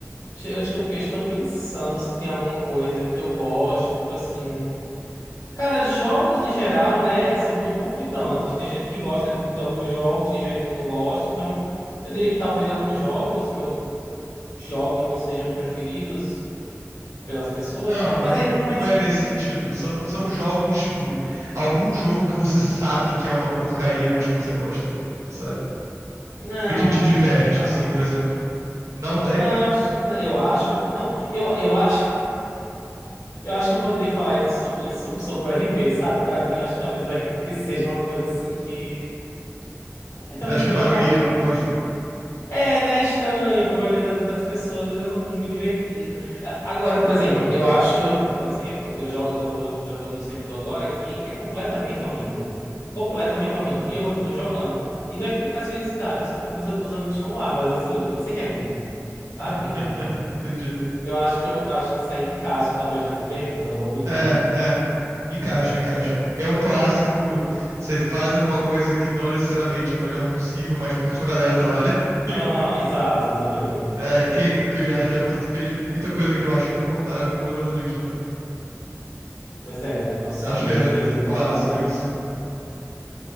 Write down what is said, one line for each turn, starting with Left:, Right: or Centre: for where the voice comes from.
Left: eu estou, eu estou pensando se tem alguma coisa que eu goste, tipo assim. Cara, jogos em geral, né, é, são muito conflitantes. Tem gente que gosta de, de alguns jogos, tem gente que não gosta. Então, eu diria que talvez alguns jogos que eu jogue não sejam preferidos pelas pessoas.
Right: Não, mas
Left: Mas é,
Right: nu-
Left: mas
Right: não é nesse
Left: é,
Right: sentido. São, são jogos, tipo, algum jogo que você sabe que é uma porcaria, mas que você gosta, sabe?
Left: não,
Right: Que te, te
Left: acho
Right: diverte,
Left: que não.
Right: assim, por exemplo. Não tem?
Left: Não, acho que não. Eu acho que não. Eu, eu acho, eu acho que eu poderia falar isso sobre isso, sobre, sobre o RP, sabe? Pra mim, eu acho que talvez o RP <laughs> seja uma coisa assim que. eh, Talvez
Right: Acho
Left: seja
Right: que a maioria
Left: um porco.
Right: não gosta.
Left: É, né? Estranho pra maioria da- das pessoas, mas eu continuo me divertindo. A- Agora, por exemplo, eu acho que eu. Por exemplo, eu jogo, eu tô jogando num servidor agora que é completamente horrível. Completamente horrível. E eu continuo jogando. E não é que me traz felicidade, é só porque meus, os amigos estão lá, mas assim, eu sei que é ruim, sabe?
Right: <laughs> Entendi.
Left: Eu acho que eu acho que isso aí encaixa, talvez, nessa pergunta, não vou mentir.
Right: É, é. Encaixa, encaixa. É o clássico, você faz alguma coisa que não necessariamente é o melhor possível, mas porque sua galera tá lá, né? <laughs>
Left: Aham, exato, exatamente.
Right: É, quem nunca já, já participei de muita coisa que eu acho insuportável por conta dos meus amigos também.
Left: Pois é, né? Nossos
Right: Acho
Left: amigos
Right: que é
Left: de vez em quando.
Right: clássico isso.